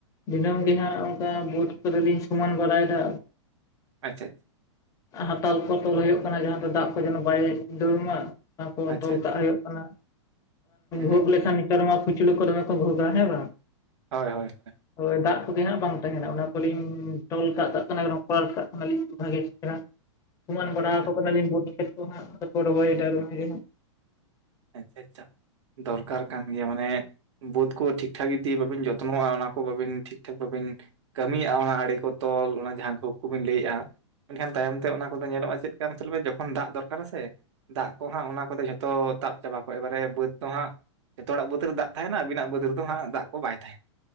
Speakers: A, on the left; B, on the right.
A: ᱫᱤᱱᱟᱹᱢ ᱜᱮ ᱦᱟᱸᱜ ᱚᱱᱠᱟ ᱵᱟᱹᱫ ᱠᱚᱨᱮ ᱞᱤᱧ ᱥᱚᱢᱟᱱ ᱵᱟᱲᱟᱭ ᱮᱫᱟ᱾
B: ᱟᱪᱪᱷᱟ,
A: ᱦᱟᱛᱟᱞ ᱠᱚ ᱛᱚᱞ ᱦᱩᱭᱩᱜ ᱠᱟᱱᱟ ᱡᱟᱦᱟᱸ ᱫᱚ ᱫᱟᱜ ᱠᱚ ᱡᱮᱱᱚ ᱵᱟᱭ ᱫᱟᱹᱲ ᱢᱟ᱾ ᱚᱱᱟ ᱠᱚ
B: ᱟᱪᱪᱷᱟ
A: ᱛᱚᱞ
B: ᱟᱪᱪᱷᱟ
A: ᱠᱟᱜ ᱦᱩᱭᱩᱜ ᱠᱟᱱᱟ᱾
B: ᱦᱩᱸ
A: ᱵᱷᱩᱜ ᱞᱮᱠᱷᱟᱱ ᱱᱮᱛᱟᱨ ᱢᱟ ᱠᱩᱪᱞᱟᱹ ᱠᱚ ᱫᱚᱢᱮ ᱠᱚ ᱵᱷᱩᱜᱼᱟ ᱦᱮᱸ ᱵᱟᱝ?
B: ᱦᱳᱭ ᱦᱳᱭ ᱦᱳᱭ᱾
A: ᱦᱳ ᱫᱟᱜ ᱠᱚᱜᱮ ᱦᱟᱸᱜ ᱵᱟᱝ ᱛᱟᱦᱮᱱᱟ ᱚᱱᱟ ᱠᱚᱞᱤᱧ ᱴᱚᱞ ᱠᱟᱜ ᱠᱟᱜ ᱠᱟᱱᱟ <inaudible> ᱠᱚᱨᱟᱞ <inaudible> ᱠᱟᱜ ᱠᱟᱱᱟᱞᱤᱧ ᱵᱷᱟᱜᱮ ᱪᱮᱦᱮᱨᱟ᱾ ᱥᱚᱢᱟᱱ
B: ᱟᱪᱪᱷᱟ
A: ᱵᱟᱲᱟ
B: ᱟᱪᱪᱷᱟ
A: ᱟᱠᱚ ᱠᱟᱱᱟᱞᱤᱧ ᱵᱟᱹᱫ ᱠᱷᱮᱛ ᱠᱚ ᱦᱟᱸᱜ ᱟᱫᱚ ᱠᱚ ᱨᱚᱦᱚᱭᱫᱟ ᱠᱚ ᱫᱚᱢᱮ ᱜᱮ ᱦᱟᱸᱜ᱾
B: ᱟᱪᱪᱷᱟ ᱟᱪᱪᱷᱟ ᱫᱚᱨᱠᱟᱨ ᱠᱟᱱ ᱜᱮᱭᱟ ᱢᱟᱱᱮ᱾ ᱵᱟᱹᱫᱽ ᱠᱚ ᱴᱷᱤᱠ ᱴᱷᱟᱠ ᱡᱚᱫᱤ ᱵᱟᱵᱤᱱ ᱡᱚᱛᱱᱚᱜᱼᱟ ᱚᱱᱟ ᱠᱚ ᱵᱟᱹᱵᱤᱱ ᱴᱷᱤᱠ ᱴᱷᱟᱠ ᱵᱟᱹᱵᱤᱱ, ᱠᱟᱹᱢᱤᱭᱟᱜᱼᱟ ᱚᱱᱟ ᱟᱲᱮ ᱠᱚ ᱛᱚᱞ ᱚᱱᱟ ᱡᱟᱦᱟᱸ ᱠᱷᱳᱯ ᱠᱚᱵᱤᱱ ᱞᱟᱹᱭᱮᱫᱼᱟ᱾ ᱮᱱᱠᱷᱟᱱ ᱛᱟᱭᱚᱢ ᱛᱮ ᱚᱱᱟ ᱠᱚᱫᱚ ᱧᱮᱞᱚᱜᱼᱟ ᱪᱮᱫ ᱠᱟ ᱢᱟᱥᱮ ᱞᱟᱹᱭᱢᱮ ᱡᱚᱠᱷᱚᱱ ᱫᱟᱜ ᱫᱚᱨᱠᱟᱨ ᱥᱮ, ᱫᱟᱜ ᱠᱚ ᱦᱟᱸᱜ ᱚᱱᱟ ᱠᱚᱫᱚ ᱡᱷᱚᱛᱚ ᱛᱟᱵ ᱪᱟᱵᱟ ᱠᱚᱜᱼᱟ ᱮᱵᱟᱨᱮ ᱵᱟᱹᱫᱽ ᱫᱚ ᱦᱟᱸᱜ, ᱡᱷᱚᱛᱚ ᱦᱚᱲᱟᱜ ᱵᱟᱹᱫᱽ ᱨᱮ ᱫᱟᱜ ᱛᱟᱦᱮᱱᱟ ᱟᱵᱤᱱᱟᱜ ᱵᱟᱹᱫᱽ ᱨᱮᱫᱚ ᱦᱟᱸᱜ ᱫᱟᱜ ᱠᱚ ᱵᱟᱭ ᱛᱟᱦᱮᱱᱟ᱾